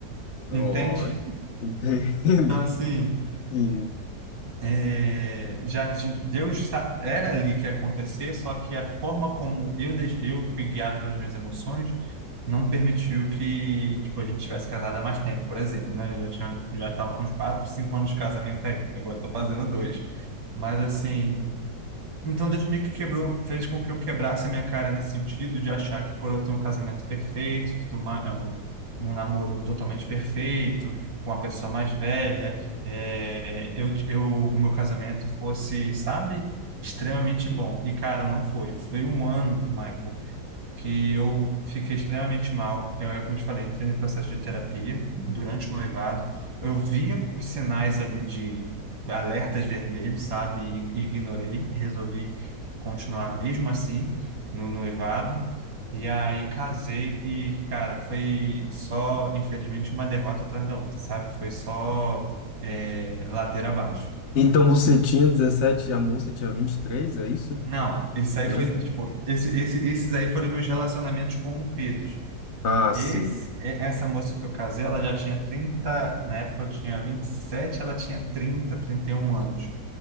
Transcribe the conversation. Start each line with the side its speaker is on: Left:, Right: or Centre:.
Left: Ó,
Right: Entende?
Left: entendo.
Right: Então, assim,
Left: <laughs> E...
Right: É, já te- Deus sa- era ali que ia acontecer, só que a forma como eu deix- eu fui guiado pelas minhas emoções não permitiu que tipo a gente tivesse casado há mais tempo, por exemplo, né? Eu Já tinha já estava com uns quatro, cinco anos de casamento aí. Agora estou fazendo dois, mas assim então, Deus meio que quebrou, fez com que eu quebrasse a minha cara nesse sentido de achar que por eu ter um casamento perfeito, tudo ma- é um, um namoro totalmente perfeito, com a pessoa mais velha, é, eu, eu, o meu casamento fosse, sabe, extremamente bom. E, cara, não foi. Foi um ano, Michael que eu fiquei extremamente mal. Eu, é como eu te falei, entrei no processo de terapia durante o noivado. Eu via os sinais ali de alertas vermelhos, sabe? E, e ignorei e resolvi continuar mesmo assim no noivado. E aí casei e, cara, foi só, infelizmente, uma derrota atrás da outra, sabe? Foi só é, ladeira abaixo.
Left: Então você tinha dezessete e a moça tinha 23, é isso?
Right: Não, isso aí
Left: Não?
Right: foi, tipo, esse, esse, esses aí foram meus relacionamentos corrompidos.
Left: Ah,
Right: Esse,
Left: sim.
Right: e- essa moça que eu casei, ela já tinha 30 na época eu tinha vinte e sete ela tinha trinta trinta e um anos.